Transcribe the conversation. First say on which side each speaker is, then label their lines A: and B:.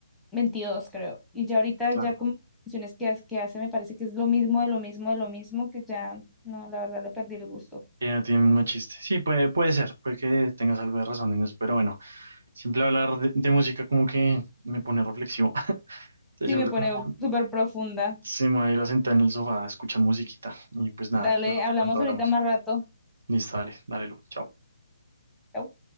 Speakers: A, in the centre; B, on the right.
A: veintidós creo. Y ya ahorita,
B: claro.
A: ya como canciones que, ha- que hace, me parece que es lo mismo, de lo mismo, de lo mismo, que ya, no, la verdad le perdí el gusto.
B: Ya tiene el mismo chiste. Sí, puede, puede ser, puede que tengas algo de razón en eso, pero bueno, siempre hablar de, de música como que me pone reflexivo. <laughs> Entonces
A: Sí,
B: yo
A: me
B: creo
A: pone
B: que
A: súper profunda.
B: sí me voy a ir a sentar en el sofá a escuchar musiquita y pues nada,
A: Dale,
B: en otro
A: hablamos
B: momento hablamos.
A: ahorita más rato.
B: Listo, dale, dale, Lu. Chao.
A: Chau.